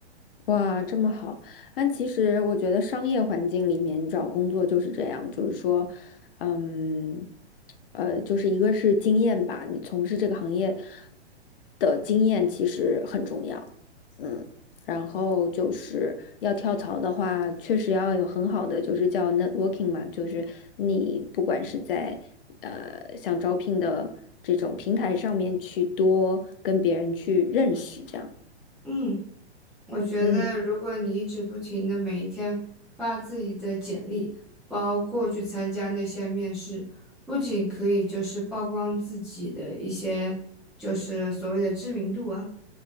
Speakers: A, on the left; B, in the centre.
A: 哇，这么好！但其实我觉得商业环境里面找工作就是这样，就是说，嗯，呃，就是一个是经验吧，你从事这个行业的经验其实很重要，嗯，然后就是要跳槽的话，确实要有很好的就是叫 networking 嘛，就是你不管是在呃想招聘的这种平台上面去多跟别人去认识，这样，
B: 嗯。我觉得，
A: 嗯
B: 如果你一直不停的每一天发自己的简历，包括去参加那些面试，不仅可以就是曝光自己的一些就是所谓的知名度啊，